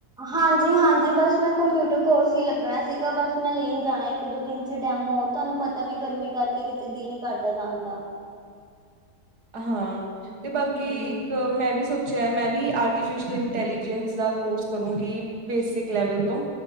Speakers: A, in the centre; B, on the right.
A: ਹਾਂਜੀ ਹਾਂਜੀ ਬਸ ਮੈਂ ਕੰਪਿਊਟਰ ਕੋਰਸ ਹੀ ਲੱਗਣਾ ਸੀਗਾ ਬਸ ਮੈਂ ਲੇਨ ਜਾਣਾ ਇੱਕ ਦੋ ਦਿਨ 'ਚ ਡੈਮੋ ਤੁਹਾਨੂੰ ਪਤਾ ਵੀ ਗਰਮੀ ਕਰਕੇ ਕਿਤੇ ਦਿਲ ਨ ਕਰਦਾ ਜਾਣਦਾ
B: ਹਾਂ ਤੇ ਬਾਕੀ
A: ਹੂੰ।
B: ਇੱਕ ਮੈਂ ਵੀ ਸੋਚ ਮੈਂ ਵੀ ਆਰਟੀਫਿਸ਼ਅਲ ਇੰਟੈਲੀਜੈਂਸ ਦਾ ਕੋਰਸ ਕਰੂੰਗੀ ਬੇਸਿਕ ਲੈਵਲ ਤੋਂ